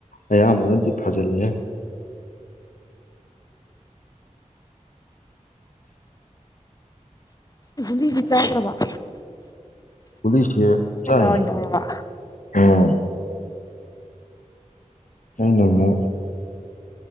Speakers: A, on the left (about 80°); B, on the left (about 30°).
A: ꯑꯌꯥꯝꯕꯅꯗꯤ ꯐꯖꯜꯂꯦ
B: ꯂꯤ ꯆꯥ ꯁ꯭ꯔꯕꯥꯥ
A: ꯄꯨꯂꯤꯁꯦ ꯇꯥꯏ
B: ꯑꯣꯏꯅ ꯇꯧꯔꯕ
A: ꯑꯣ ꯑꯩꯅ ꯑꯃ ꯑꯃꯨꯛ